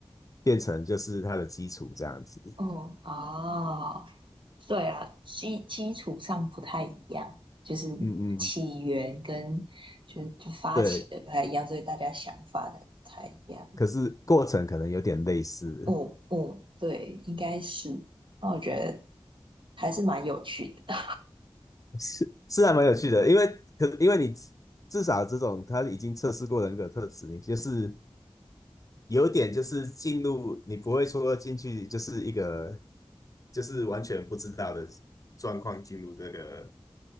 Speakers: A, on the left (about 35°); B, on the right (about 55°).
A: 变成就是它的基础这样子。
B: 哦，哦，对啊，基基础上不太一样，就是
A: 嗯嗯，
B: 起源跟就就发起的不太一样，
A: 对，
B: 所以大家想法的不太一样。
A: 可是过程可能有点类似，
B: 嗯嗯，对，应该是。那我觉得还是蛮有趣的。
A: 是是还蛮有趣的，因为可因为你至少这种他已经测试过人格特质，你就是有点就是进入，你不会说进去就是一个就是完全不知道的状况进入这个